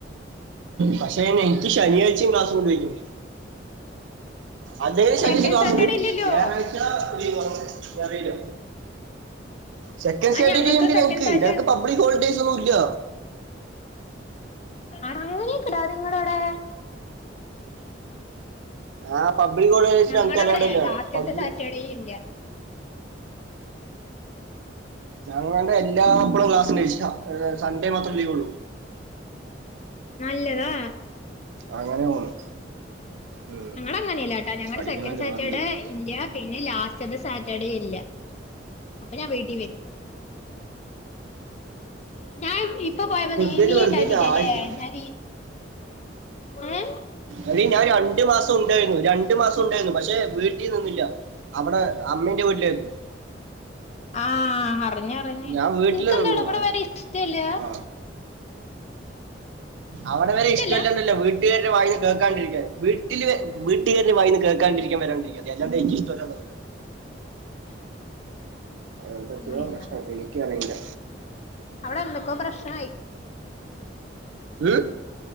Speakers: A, on the right (about 80°); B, on the left (about 35°).
A: പക്ഷെ എനിക്ക് ശനിയാഴ്ചയും ക്ലാസ്സ് കൊണ്ട് വയ്ക്കും അതേ ശനിക്ക്
B: സെക്കൻഡ്
A: ക്ലാസുണ്ട്
B: സാറ്റർഡേ ഇല്ലല്ലോ
A: ഞായറാഴ്ച ലീവാണോന്ന് അറിയില്ല സെക്കൻഡ്
B: ആ
A: സാറ്റർഡേ
B: ഞങ്ങൾക്ക്
A: ഉണ്ട്
B: സെക്കൻഡ്
A: ഞങ്ങക്ക്
B: സാറ്റർഡേ
A: പബ്ലിക് ഹോളിഡേയ്സ് ഒന്നുംല്ല
B: അങ്ങനെയൊക്കെ ഉണ്ടോ നിങ്ങളോടെ
A: ആഹ് പബ്ലിക്ക് ഹോളിഡേഴ്സ്
B: ഞങ്ങടെ
A: ഞങ്ങൾക്ക് അലോവ്ട്
B: അവിടെ
A: അല്ല
B: ലാസ്റ്റത്തെ
A: പബ്ലി
B: സാറ്റർഡേ ഇല്ല അ
A: ഞാങ്ങൻ്റെ എല്ലാപ്പളും ക്ലാസ്സിള്ള ദിവസാ സൺഡേ മാത്രം ലീവ് ഒള്ളു
B: നല്ലതാ
A: അങ്ങനെ പോണ് ഉം
B: ഞങ്ങള അങ്ങനെല്ല ട്ടാ ഞങ്ങളടെ
A: പഠിക്കണല്ലോ
B: സെക്കൻഡ് സാറ്റർഡേ
A: വേറെന്തെങ്കിലും
B: ഇല്ല പിന്നെ ലാസ്റ്റ്ത്തെ സാറ്റർഡേ ഇല്ല അപ്പൊ ഞാൻ വീട്ടീ വരും ഞാൻ ഇപ്പൊ പോയപ്പോ നീ
A: വെറുതെ
B: നീ
A: വെറുതെ
B: ഉണ്ടായിരുന്നില്ലല്ലേ
A: ആയിട്ട്
B: ഞാൻ നീ ഏ
A: അല്ല ഞാൻ രണ്ടു മാസം ഉണ്ടായിരുന്നു രണ്ടു മാസം ഉണ്ടായിരുന്നു പക്ഷെ വീട്ടിൽ നിന്നില്ല അവിടെ അമ്മന്റെ വീട്ടിലായിരുന്നു
B: ആഹ് അറിഞ്ഞ് അറിഞ്
A: ഞാൻ വീട്ടിൽ
B: നിനക്ക് എന്താ
A: നിന്നു
B: ഇവിടെ
A: ആ.
B: വരാൻ ഇഷ്ടല്ല
A: ആ. അവിടെ വരെ
B: ഇഷ്ടല്ല
A: ഇഷ്ടല്ലന്നല്ലോ വീട്ടുകാരുടെ വായിന്ന് കേക്ക കേ വീട്ടില് വീട്ടുകാരുടെ വായിന്ന് കേൾക്കാണ്ടിരിക്കൻ വരാണ്ടിരിക്കണ്ട അതാണ്ട് എനിക്ക് ഇഷ്ടല്ലാതെ ഒന്നും ഇല്ല
B: ആ
A: അ എന്തൊക്കെയോ
B: അങ്ങനെയാണോ
A: പ്രശ്നം എനിക്കറിയില്ല
B: അവിടെ എന്തൊക്കോ പ്രശ്നയി
A: ഉം